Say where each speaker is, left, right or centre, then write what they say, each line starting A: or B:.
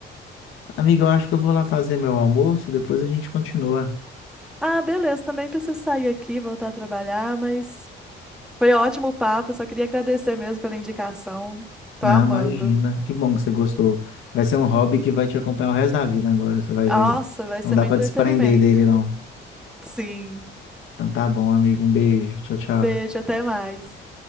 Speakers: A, on the left; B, in the centre.
A: Amigo, eu acho que eu vou lá fazer meu almoço, depois a gente continua.
B: Ah, beleza, também preciso sair aqui, voltar a trabalhar, mas foi ótimo o papo, só queria agradecer mesmo pela indicação. Tô
A: Na,
B: amando.
A: imagina, que bom que você gostou. Vai ser um hobby que vai te acompanhar o resto da vida agora, você vai
B: Nossa,
A: ver.
B: vai
A: Não
B: ser
A: dá
B: meu
A: para
B: entretenimento.
A: desprender dele, não.
B: Sim.
A: Então tá bom, amigo, um beijo. Tchau, tchau.
B: Beijo, até mais.